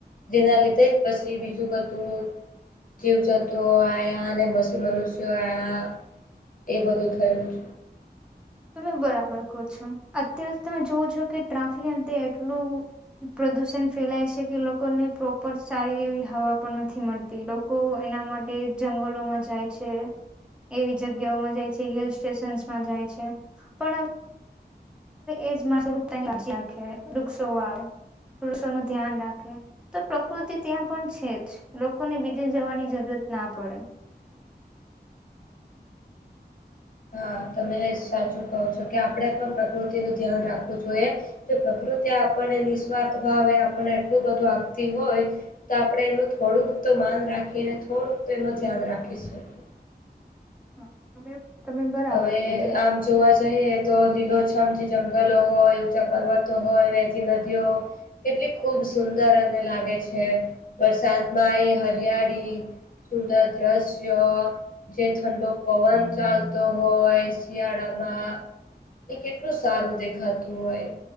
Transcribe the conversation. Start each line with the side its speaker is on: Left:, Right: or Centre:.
Left: જેના લીધે જ પછી બીજું બધું જીવ-જંતુ આયા, ને મસ મનુષ્ય આયા એ બધું થયું જ
Centre: તમે બરાબર કહો છો અત્યારે તમે જોવો છો કે ટ્રાફિક <unintelligible> એટલું... પ્રદૂષણ ફેલાય છે કે લોકોને પ્રોપર સારી એવી હવા પણ નથી મળતી. તે લોકો એના માટે જંગલોમાં જાય છે. એવી જગ્યાઓમાં જાય છે, હિલ સ્ટેશનસમાં જાય છે, પણ... એ જ <unintelligible> રાખે વૃક્ષો આવે વૃક્ષોનું ધ્યાન રાખે. તો પ્રકૃતિ ત્યાં પણ છે જ લોકોને બીજે જવાની જરૂરત ના પડે.
Left: હા તમે સાચું કહો છો કે આપણે પણ પ્રકૃતિ નુ ધ્યાન રાખવું જોઈએ. જો પ્રકૃતિ આપણને નિસ્વાર્થ ભાવે આપણને એટલું બધું આપતી હોય. તો આપડણે એનું થોડુંક તો માન રાખીએને થોડુંક તો એનું ધ્યાન રાખી શકીએ.
Centre: હા તમે તમે બરાબર
Left: હવે
Centre: કીધું
Left: આમ જોવા જ જઈએ તો લીલોછમ જે જંગલો હોય ઊંચા પર્વતો હોય વહેતી નદીઓ હો કેટલી ખૂબ સુંદર અને લાગે છે, વરસાદમાં એ હરિયાળી... સુંદર દ્રશ્ય જે ઠંડો પવન ચાલતો... હોય શિયાળામાં એ કેટલું સારું દેખાતું હોય.